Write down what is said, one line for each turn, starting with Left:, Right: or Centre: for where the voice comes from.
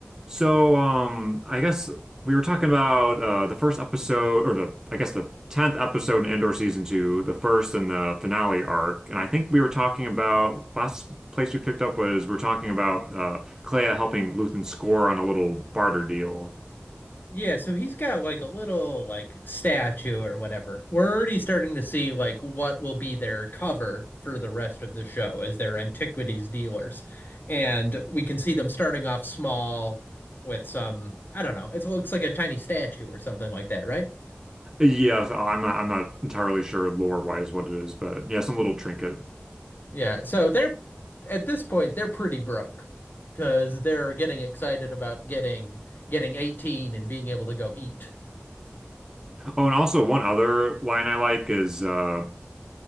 Right: So, um, I guess we were talking about uh, the first episode, or the I guess the tenth episode in Endor season two, the first and the finale arc. And I think we were talking about last place we picked up was we were talking about uh, Clea helping Luthen score on a little barter deal.
Left: Yeah, so he's got like a little like statue or whatever. We're already starting to see like what will be their cover for the rest of the show as their antiquities dealers. And we can see them starting off small with some, I don't know, it looks like a tiny statue or something like that, right?
Right: Yes, I'm not I'm not entirely sure lore wise what it is, but yeah, some
Left: Mhm.
Right: little trinket.
Left: Yeah, so they're at this point they're pretty broke because they're getting excited about getting getting 18 and being able to go eat.
Right: Oh, and also one other line I like is uh,